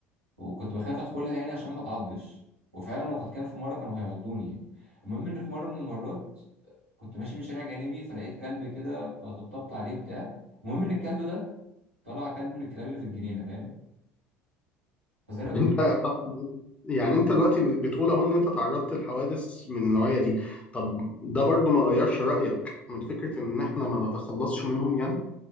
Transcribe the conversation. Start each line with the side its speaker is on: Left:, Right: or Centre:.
Right: وكنت بخاف ادخلها يعني عشان ما اتعضش وفعلا وقد كان في مره كانوا هيعضوني يعني المهم ان في مره من المرات كنت ماشي من شارع جانبي فلقيت كلب كده فطبطبت عليه بتاع المهم ان الكلب ده طلع كلب من الكلاب اللي في الجنينه فاهم فزي ما تقول
Left: انت
Right: كده ايه
Left: طب يعني انت دلوقتي بتقول اهو ان انت تعرضت لحوادث من النوعية دي طب ده برضو ما غيرش رأيك من فكرة ان احنا ما نتخلصش منهم يعني